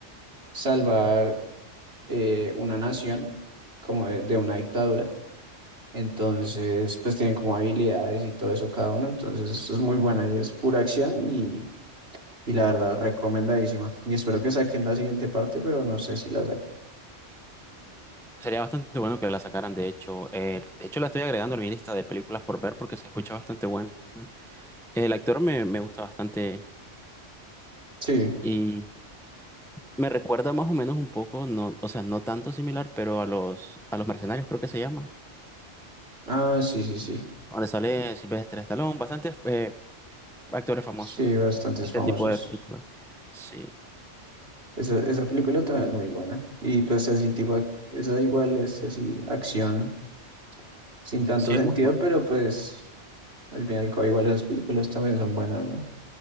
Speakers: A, on the right; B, in the centre.
A: salvar eh, una nación, como de de una dictadura. Entonces, pues tienen como habilidades y todo eso cada uno. Entonces, es muy buena y es pura acción y, y la verdad, recomendadísima. Y espero que saquen la siguiente parte, pero no sé si la saquen.
B: Sería bastante bueno que la sacaran, de hecho. Eh, de hecho, la estoy agregando a mi lista de películas por ver porque se escucha bastante bueno. El actor me, me gusta bastante
A: Sí,
B: y me recuerda más o menos un poco, no, o sea, no tanto similar, pero a los, a los mercenarios creo que se llama.
A: ah, sí, sí, sí.
B: Donde sale Sylvester Stallone, bastante eh, actores famosos.
A: Sí, bastantes
B: Este
A: famosos.
B: tipo de películas. Sí.
A: Esa, esa película también es muy buena. Y pues así tipo, ac- esa igual es así, acción sin tanto
B: Sí,
A: sentido,
B: es muy bueno.
A: pero pues al final y al cabo igual esas películas también son buenas, ¿no?